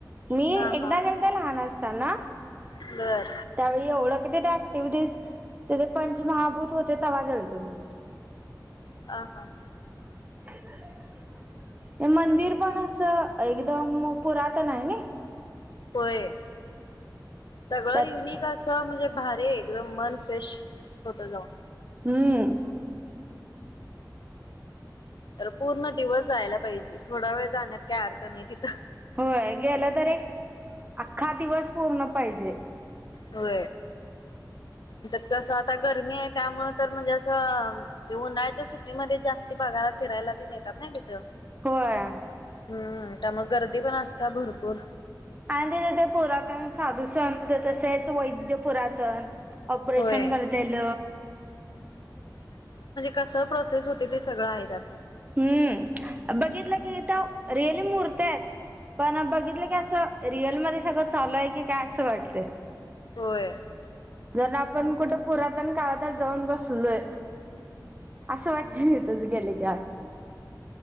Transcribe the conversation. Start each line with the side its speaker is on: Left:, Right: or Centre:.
Right: मी
Left: हा
Right: एकदा
Left: हा
Right: एकदा लहान असताना
Left: बर
Right: त्यावेळी एवढं कधी त्या ऍक्टिव्हटीज तेथे पंचमहाभूत होते तेव्हा गेलते मी
Left: ह हा
Right: <inaudible> मंदिर
Left: मग
Right: पण असं एक एकदम पुरातन आहे ना
Left: होय सगळं
Right: त्यात
Left: युनिक असं म्हणजे भारी एकदम मन फ्रेश होत जाऊन
Right: हम्म
Left: अर पूर्ण दिवस जायला पाहिजे थोडा वेळ जाण्यात काही अर्थ नाही तिथं
Right: होय गेला तर एक अख्खा दिवस पूर्ण पाहिजे
Left: हो त्यात सात आठ गरमी आहे त्यामुळ तर म्हणजे असं जे उन्हाळ्याच्या सुट्टीमध्ये जास्ती बागाला फिरायला ते नेतात ना तिथं
Right: होय
Left: हम्म त्यामुळे गर्दी पण असता भरपूर
Right: आणि तथ ते पुरातन साधू संत तसेच वैद्य पुरातन ऑपरेशन
Left: होय
Right: करतेल
Left: कस प्रोसेस होते ते सगळं आहे त्या
Right: हम्म बघितलं की रिअल मूरती आहेत पण बघितलं की अस रिअल मध्ये सगळं चालू आहे की काय असं वाटत
Left: होय
Right: जर आपण कुठं पुरातन काळातच जाऊन बसलोय असं
Left: हम्म
Right: वाटत मी तुझ गेले का